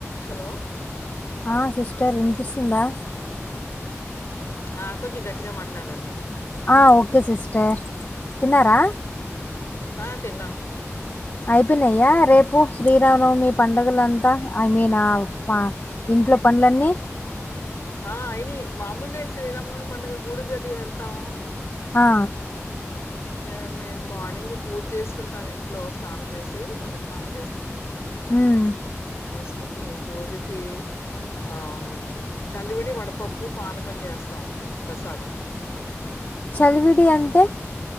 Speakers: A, on the left; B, on the left.
A: హలో
B: అ సిస్టర్ విన్పిస్తుందా
A: ఆ కొంచం గట్టిగా మాట్లాడండి
B: అ ఓకే సిస్టర్ తిన్నారా
A: ఆ తిన్నాం
B: అయిపోనయ్య
A: మీరు మీకు అయిందా
B: రేపు శ్రీ శ్రీరమనవమి పండుగలంతా ఐ మీన్ అ ప ఇంట్లో పన్లన్నీ
A: ఆ అయినై మామూలే శ్రీరామనవమి పండుగ గూడి గది వెళ్తాము
B: ఆ
A: అ మేమ్ మేమ్ మార్నింగ్ పూజ్ చేస్కుంటామ్ ఇంట్లో స్నానం జేస్ సీ తల స్నానం
B: ఉమ్
A: చేస్కుని పూజకి ఆమ్ చలివిడి వడపప్పు పానకం చేస్తాం మేము ప్రసాదం
B: చలివిడి అంటే